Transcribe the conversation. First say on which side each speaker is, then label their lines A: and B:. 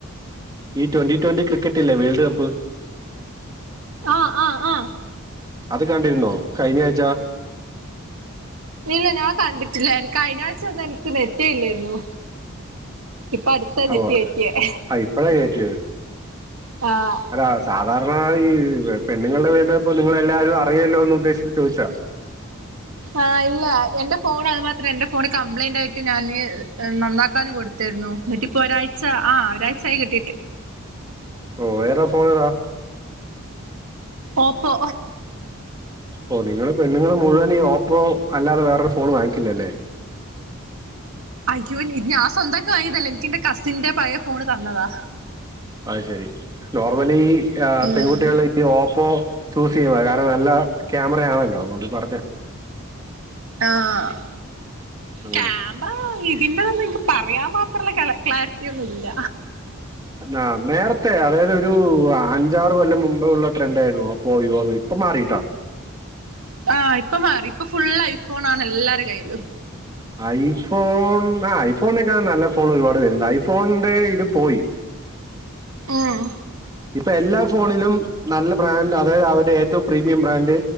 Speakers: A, on the right; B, on the right.
A: ഈ ട്വന്റി ട്വന്റി ക്രിക്കറ്റില്ലേ വേൾഡ് കപ്പ്
B: ആഹ് ആഹ് ആഹ്
A: അത് കണ്ടിരുന്നോ കഴിഞ്ഞ ആഴ്ചാ
B: ഇല്ല ഞാൻ കണ്ടിട്ടില്ല എനിക്ക് കഴിഞ്ഞ ആഴ്ച അത് എനിക്ക് നെറ്റെ ഇല്ലായിരുന്നു ഇപ്പൊ അടുത്താ
A: അഹ്
B: നെറ്റ് കയറ്റിയേ
A: ആഹ് ഇപ്പഴേ കയറ്റിയ
B: ആഹ്
A: അല്ല സാധാരണ ഈ പെണ്ണുങ്ങളുടെ വേൾഡ് കപ്പ് ഇപ്പ നിങ്ങളെല്ലാരും അറിയല്ലോന്ന് ഉദ്ദേശിച്ച് ചോദിച്ച
B: ആഹ് ഇല്ല എന്റെ ഫോൺ അതു മാത്രേ എന്റെ ഫോണ് കംപ്ലയിന്റ് ആയിട്ട് ഞാന് നന്നാക്കാന് കൊടുത്തു രുന്നു ഇന്നിപ്പൊ ഒരാഴ്ച ആഹ് ഒരാഴ്ച ആയി കിട്ടിയിട്ട്
A: ഓഹ് ഏതാ ഫോണേതാ
B: ഓപ്പോ
A: ഓഹ് നിങ്ങളെ പെണ്ണുങ്ങൾ മുഴുവൻ ഈ ഓപ്പോ അല്ലാതെ വേറൊരു ഫോണ് വാങ്ങിക്കില്ല അല്ലേ
B: അയ്യോ ഞാൻ സ്വന്തംആയിട്ട് വാങ്ങിയതല്ലേ എനിക്ക് എന്റെ കസിന്റെ പയ ഫോണ് തന്നതാ
A: അയ് ശരി നോർമലി
B: ഉം
A: പെൺകുട്ടികള ഈ ഓപ്പോ യൂസ് ചെയ്യ കാരണം നല്ല ക്യാമറയാണല്ലോ അതുകൊണ്ട് പറഞ്ഞത്
B: ആഹ്
A: അങ്ങനെ
B: ക്യാമറ അപ്പ ഇതിന്റെതന്നും എനിക്ക് പറയാൻ മാത്രമുള്ള ക്ലാരിറ്റി ഒന്നുല്ല
A: ആഹ് നേരത്തെ അതായത് ഒരു അഞ്ചാറ് കൊല്ലം മുമ്പേ ഉള്ള ട്രെൻഡ് ആയിരുന്നു ഓപ്പോവോന്ന് ഇപ്പ മാറിട്ടാ
B: ആഹ് ഇപ്പൊ മാറി ഇപ്പൊ ഫുള് ഐഫോൺ ആണ് എല്ലാരും കയ്യിലും
A: ഐഫോൺ ആഹ് ഐഫോണിനൊക്കെ നല്ല ഫോൺ ഒരുപാട് പേരുണ്ട് ഐഫോണിന്റെ ഇത് പോയി
B: ഓഹ്
A: ഇപ്പൊ എല്ലാ ഫോണിലും നല്ല ബ്രാൻഡ് അതായത് അവരുടെ ഏറ്റവും പ്രീമിയം ബ്രാൻഡ്